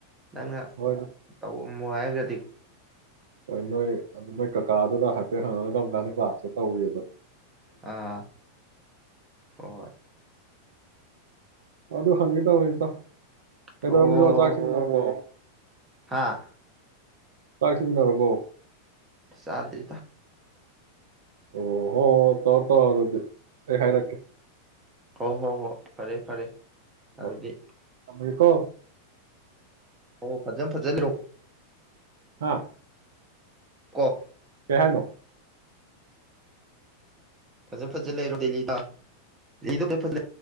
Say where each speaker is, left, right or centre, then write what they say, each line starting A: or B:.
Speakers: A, on the right; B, on the right.
A: ꯅꯪꯅ
B: ꯍꯣꯏ
A: ꯇꯧ ꯃꯣꯏꯒ
B: ꯍꯣꯏ ꯅꯣꯏ ꯑꯗꯨ ꯀꯀꯥꯗꯨꯗ ꯍꯥꯏꯐꯦꯠ ꯍꯪꯉꯒ ꯀꯔꯝ ꯀꯥꯟꯗ ꯀ꯭ꯂꯥꯁꯇ ꯇꯧꯋꯤ ꯑꯗꯣ
A: ꯑꯥ ꯍ‌ꯣꯏ
B: ꯑꯗꯨ ꯍꯪꯒ‌ꯦ ꯇꯧꯅꯤꯗ ꯀꯩꯗꯧꯔꯝꯃꯤꯅ‌ꯣ
A: ꯑꯣ
B: ꯆꯥꯛ ꯏꯁꯤꯡ ꯆꯥꯔꯕ‌ꯣ
A: ꯍꯥꯥ
B: ꯆꯥꯛꯁꯤꯡ ꯆꯥꯔꯕꯣ
A: ꯆꯥꯗꯔꯤꯗ
B: ꯑꯣ ꯍꯣꯏ ꯇꯧꯔ‌ꯣ ꯇꯧꯔ‌ꯣ ꯗꯨꯗꯤ ꯑꯩ ꯍꯥꯏꯔꯛꯀ‌ꯦ
A: ꯍꯣꯏ ꯍꯣꯏ ꯍꯣꯏ ꯐꯔꯦ ꯐꯔꯦ ꯑꯗꯨꯗꯤ
B: ꯍꯣꯏ ꯊꯝꯃꯒꯦꯀꯣ
A: ꯍ‌ꯣ ꯐꯖꯅ ꯐꯖꯅ ꯂꯩꯌ‌ꯣ
B: ꯍꯥꯥ
A: ꯀꯣ
B: ꯀꯩ ꯍꯥꯏꯅ‌ꯣ
A: ꯐꯖ ꯐꯖ ꯂꯩꯔꯣ ꯗꯦꯜꯂꯤꯗ <unintelligible> ꯐꯖ ꯐꯖ